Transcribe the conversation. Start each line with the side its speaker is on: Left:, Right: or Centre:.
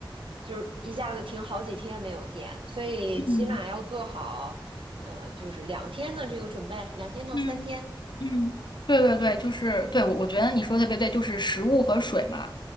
Right: 就是一下子停好几天没有电，所以起码要做好，
Left: 嗯
Right: 呃，就是两天的这个准备，两天到三天。
Left: 嗯嗯，对对对，就是对我我觉得你说的特别对，就是食物和水嘛，